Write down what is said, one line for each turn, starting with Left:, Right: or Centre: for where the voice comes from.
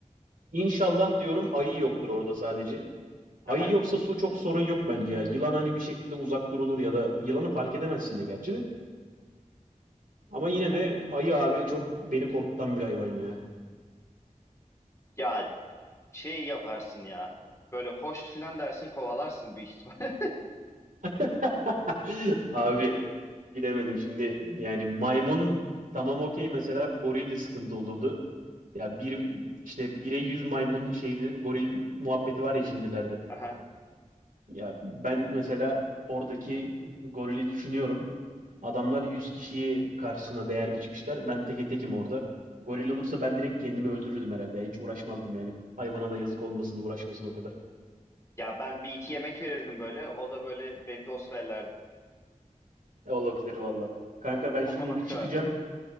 Right: inşallah diyorum ayı yoktur orada sadece. Ayı
Left: Aha.
Right: yoksa su çok sorun yok bence ya. Yılan hani bir şekilde uzak durulur ya da yılanı fark edemezsin de gerçi de. Ama yine
Left: Ya,
Right: de ayı abi çok beni korkutan bir hayvan ya.
Left: ya şey yaparsın ya. Böyle hoş filan dersin kovalarsın büyük ihtimal.
Right: <laughs> Abi bilemedim şimdi yani maymun tamam okey mesela goril de sıkıntı olurdu. Ya bir işte bire yüz maymun şeyleri goril muhabbeti var ya şimdilerde.
Left: <laughs> Aha.
Right: Ya ben mesela oradaki gorili düşünüyorum. Adamlar 100 kişiyi karşısına değer biçmişler. Ben teke tekim orada. Goril olursa ben direkt kendimi öldürürdüm herhalde. Hiç uğraşmazdım yani. Hayvana da yazık olmasın uğraşmasın o kadar.
Left: Ya ben bir iki yemek verirdim böyle. O da böyle beni de osverlerdi.
Right: E, olabilir valla. Kanka ben
Left: Kokonat
Right: şimdi bir
Left: kırardım.
Right: çıkacağım.